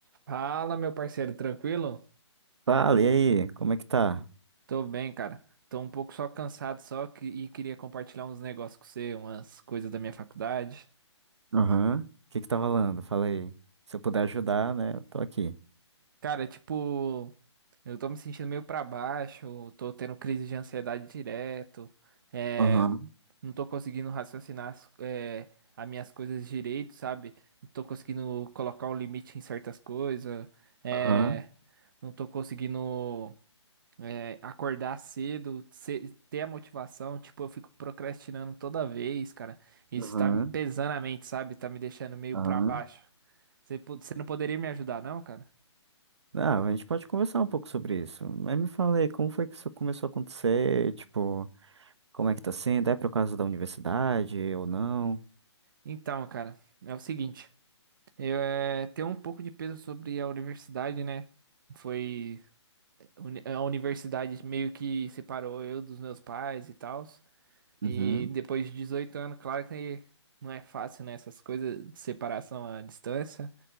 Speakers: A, on the right; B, on the right.
A: Fala, meu parceiro, tranquilo?
B: Fala, e aí? Como é que tá?
A: Tô bem, cara. Tô um pouco só cansado só que, e queria compartilhar uns negócios com você, umas coisas da minha faculdade.
B: Aham. O que que tá rolando? Fala aí. Se eu puder ajudar, né? Eu tô aqui.
A: Cara, tipo, eu tô me sentindo meio pra baixo, tô tendo crise de ansiedade direto, é,
B: Aham,
A: não tô conseguindo raciocinar as, é, as minhas coisas direito, sabe? Não tô conseguindo colocar um limite em certas coisas, é,
B: aham,
A: não tô conseguindo. É, acordar cedo, ce- ter a motivação, tipo, eu fico procrastinando toda vez, cara. Isso
B: aham,
A: tá me pesando a mente, sabe? Tá me deixando meio
B: aham.
A: pra baixo. Você, po- você não poderia me ajudar, não, cara?
B: Ah, a gente pode conversar um pouco sobre isso. Mas me fala aí, como foi que isso começou a acontecer? Tipo, como é que tá sendo? É por causa da universidade ou não?
A: Então, cara, é o seguinte, eu é, tenho um pouco de peso sobre a universidade, né? Foi uni- a universidade meio que separou eu dos meus pais e tal.
B: Uhum,
A: E depois de 18 anos, claro que não é fácil, né? Essas coisas de separação à distância.